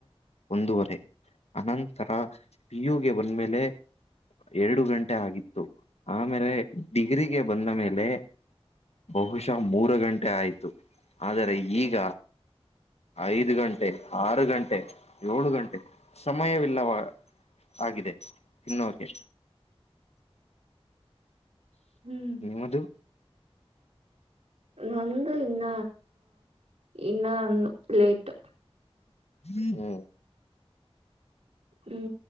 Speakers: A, on the left; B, on the right.
A: ಒಂದೂವರೆ ಅನಂತರ ಪಿಯುಗೆ ಬಂದಮೇಲೆ ಎರಡು ಗಂಟೆ ಆಗಿತ್ತು ಆಮೇಲೆ ಡಿಗ್ರಿಗೆ ಬಂದ ಮೇಲೆ ಬಹುಶಃ ಮೂರು ಗಂಟೆ ಆಯ್ತು ಆದರೆ ಈಗ ಐದು ಗಂಟೆ ಆರು ಗಂಟೆ ಏಳು ಗಂಟೆ ಸಮಯವಿಲ್ಲವಾ ಆಗಿದೆ ತಿನ್ನುಕೆ
B: ಹ್ಮ್
A: ನಿಮ್ಮದು
B: ನಂದು ಇನ್ನ ಇನ್ನ ಲೇಟ್
A: ಹ್ಮ್
B: ಹ್ಞೂ